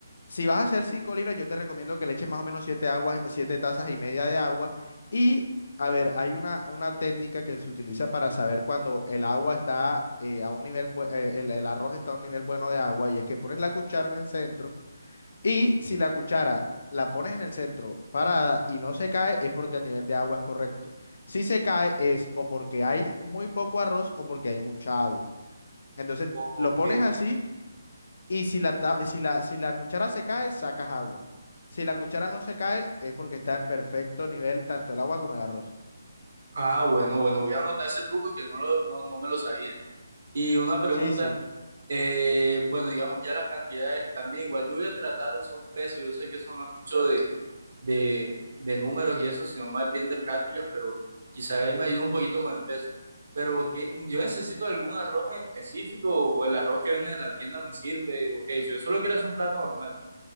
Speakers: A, on the left; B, on the right.
A: si vas a hacer 5 libras, yo te recomiendo que le eches más o menos 7 aguas, 7 tazas y media de agua y... A ver, hay una, una técnica que se utiliza para saber cuando el agua está eh, a un nivel, bue- eh, el, el arroz está a un nivel bueno de agua y es que pones la cuchara en el centro y si la cuchara la pones en el centro parada y no se cae, es porque el nivel de agua es correcto. Si se cae, es o porque hay muy poco arroz o porque hay mucha agua. Entonces
B: Ok,
A: lo pones así
B: ok.
A: y si la, ta- si la, si la cuchara se cae, sacas agua. Si la cuchara no se cae, es porque está en perfecto nivel tanto el agua como el arroz.
B: Ah, bueno, bueno, voy a anotar ese truco que no, lo, no, no me lo sabía. Y una pregunta,
A: Sí, sí.
B: Eh, bueno, digamos ya las cantidades también. Igual yo voy a tratar de usar un peso. Yo sé que eso no es mucho de, de, de números y eso, sino más bien de prácticas, pero quizá ahí me ayude un poquito con el peso. Pero que yo necesito algún arroz en específico o el arroz que venden en la tienda me sirve. Ok, si yo solo quiero hacer un plato normal.